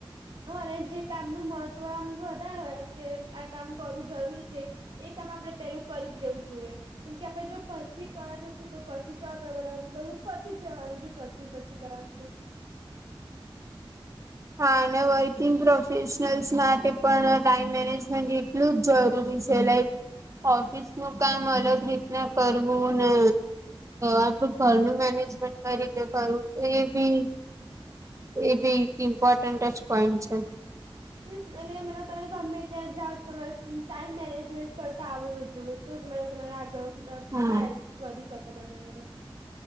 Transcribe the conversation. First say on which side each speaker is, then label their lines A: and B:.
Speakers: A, on the right (about 60°); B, on the right (about 35°).
A: હા અને જે કામ નુ મહત્વ આમ વધારે હોય કે આ કામ કરવું જરૂરી છે. એ કામ આપડે પેલુ કરી જ દેવું જોવે. કેમ કે આપડે જો પછી કરવા જશું તો પછી તો આપડે પેલા બધું પતિ જ જવાનું છે. પછી પછી કરવાનું તો
B: હા અને વર્કિંગ પ્રોફેશનલ્સ માટે પણ ટાઈમ મેનેજમેન્ટ એટલું જ જરૂરી છે લાઇક ઓફિસ નું કામ અલગ રીતના કરવું ને આપડું ઘરનું મેનેજમેન્ટ કઈ રીતે કરવું તો એ બી એ બી એક ઇમ્પોર્ટન્ટ જ પોઈન્ટ છે.
A: હમ્મ, એટલે માને તમે ગમે ત્યાં જાઓ તો તમારે ટાઈમ મેનેજમેન્ટ કરતા આવડું જોવે. તો મ તમારે આગળ
B: હમ
A: થાય વધી શકો તમે આગળ.